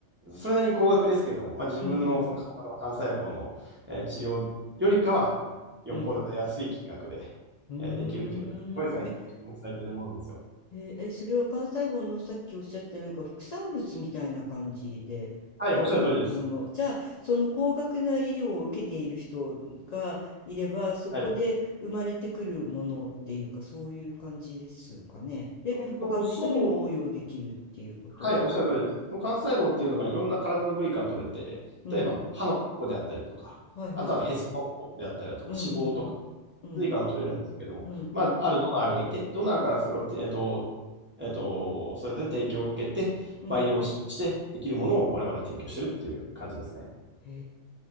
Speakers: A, on the right; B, on the left.
A: それなりに高額ですけども、まあ、自分のその体の幹細胞の、
B: うんうん。
A: えー治療よりかは、よっぽど安い金額で、
B: うん。うーん。
A: えーできるっていうのが、すごい最近注目されているものなんですよ。
B: え、えーえそれは関西文のさっきおっしゃったなんか副産物みたいな感じでできるもの。
A: はい、おっしゃる通りです。
B: じゃあ、その高額な医療を受けている人がいれば、そこで生まれてくるものっていうか、
A: はい。
B: そういう感じですかね。で、
A: うんと、
B: 他の人にも応用できるっていうこと。
A: そうはい、おっしゃる通りです。その幹細胞っていうのがいろんな体の部位から取れて、
B: うーん。うん。
A: 例えば歯の根っこであったりだとか、
B: はいはい。
A: あとはへその方であったりだとか、
B: うんうんうん。
A: 脂肪とか、
B: うん、
A: 髄からも取れるんですけれども、
B: うん、
A: まあ、あるドナーがいて、ドナーからそれをて、えっと、えっと、それで提供を受けて、
B: うん。
A: 培養してできるものを我々提供してるっていう感じですね。
B: へ